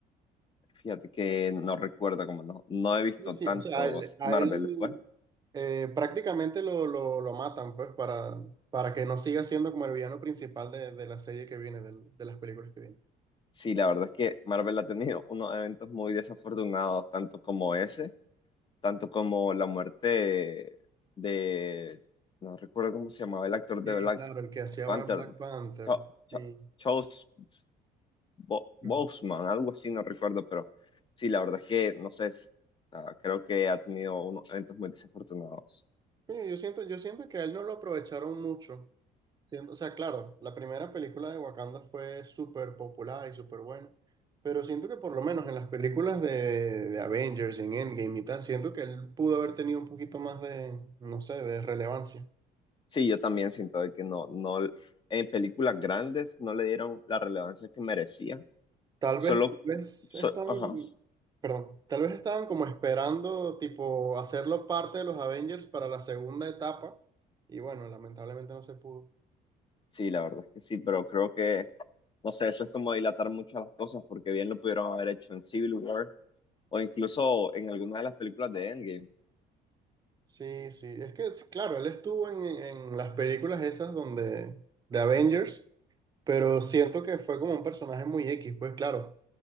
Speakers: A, on the left; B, on the right.
A: Fíjate que no recuerdo, como no, no he visto
B: Sí, sí,
A: tantos
B: o sea, a él, a
A: Marvel
B: él,
A: después.
B: eh, prácticamente lo, lo, lo matan, pues, para, para que no siga siendo como el villano principal de, de la serie que viene, del- de, las películas que vienen.
A: Sí, la verdad es que Marvel ha tenido unos eventos muy desafortunados, tanto como ese tanto como la muerte de, no recuerdo cómo se llamaba el actor de
B: Sí,
A: Black
B: claro, el que hacía
A: Panther,
B: Black Panther,
A: Cho-
B: sí.
A: Cho- Chos Bo-
B: claro.
A: Boseman, algo así, no recuerdo, pero sí, la verdad es que, no sé, es- ah, creo que ha tenido unos eventos muy desafortunados.
B: Sí, yo siento, yo siento que a él no lo aprovecharon mucho. Siento- o sea, claro, la primera película de Wakanda fue súper popular y súper buena, pero siento que por lo menos en las películas de, de Avengers, en Endgame y tal, siento que él pudo haber tenido un poquito más de, no sé, de relevancia.
A: Sí, yo también siento de que no, no, en películas grandes no le dieron la relevancia que merecía,
B: Tal
A: solo,
B: vez, tal vez
A: so-
B: estaban,
A: ajá.
B: perdón, tal vez estaban como esperando, tipo, hacerlo parte de los Avengers para la segunda etapa, y bueno, lamentablemente no se pudo.
A: Sí, la verdad es que sí, pero creo que, no sé, eso es como dilatar mucho las cosas, porque bien lo pudieron haber hecho en Civil War o incluso en alguna de las películas de Endgame.
B: Sí, sí, es que sí, claro, él estuvo en, en las películas esas donde de Avengers, pero siento que fue como un personaje muy X, pues claro,